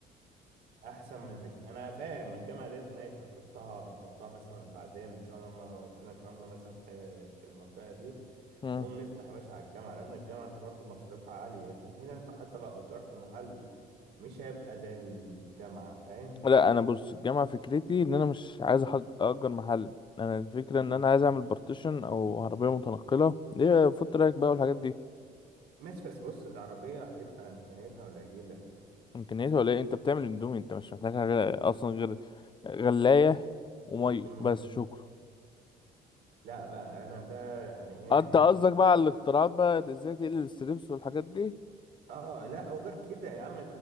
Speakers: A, on the right; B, on the left.
A: احسن من الج- انا فاهم الجامعه ديت ماشي نحطها نحطها مثلا بعدين ان شاء الله لما ربنا كرمنا مثلا في حي- في المنطقه دي
B: مم.
A: نقوم نفتح يا باشا على الجامعه لان الجامعه انت برضو مصاريفها عاليه لكن هنا انت حتى لو اجرت محل مش هيبقى زي الجامعه فاهم
B: لا انا بص الجامعه فكرتي ان انا مش عايز أحج- اجر محل انا الفكره
A: مم.
B: ان انا عايز اعمل بارتيشن او عربيه متنقله ايه فوت رايك بقى والحاجات دي
A: ماشي بس بص العربيه هيبقى امكانياتها قليله
B: امكانياتها ولا ايه انت بتعمل اندومي انت مش محتاج حاجه اصلا غير غلايه وميه
A: مم.
B: بس شكرا
A: لا بقى انا بقى يعني ايه
B: آه، انت قصدك بقى على الاختراعات بقى ازاي تقلل الستريبس والحاجات دي
A: اه لا او غير كده يا عم